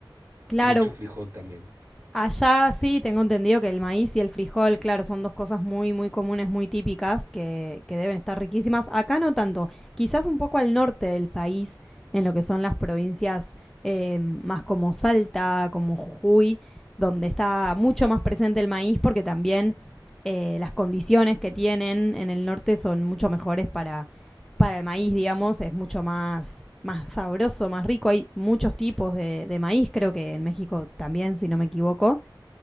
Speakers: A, in the centre; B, on the right (about 30°).
A: claro.
B: mucho frijol también.
A: Allá sí tengo entendido que el maíz y el frijol, claro, son dos cosas muy, muy comunes, muy típicas, que, que deben estar riquísimas. Acá no tanto, quizás un poco al norte del país, en lo que son las provincias eh, más como Salta, como Jujuy, donde está mucho más presente el maíz, porque también eh, las condiciones que tienen en el norte son mucho mejores para, para el maíz, digamos, es mucho más más sabroso, más rico. Hay muchos tipos de, de maíz, creo que en México también, si no me equivoco.